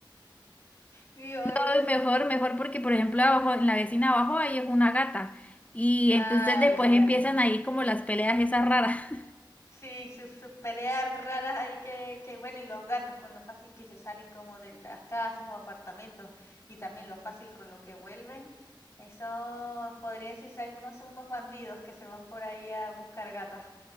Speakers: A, on the left; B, on the left.
A: Y hoy,
B: Ay, mejor, mejor porque por ejemplo abajo, en la vecina abajo ahí es una gata y
A: ah,
B: entonces después
A: claro.
B: empiezan ahí como las peleas esas raras.
A: Sí, sus, sus peleas raras ahí que, que, bueno, y los gatos con lo fácil que se salen como de las casas o apartamentos y también lo fácil con lo que vuelven. Eso podría decirse algunos son unos bandidos que se van por ahí a buscar gatas.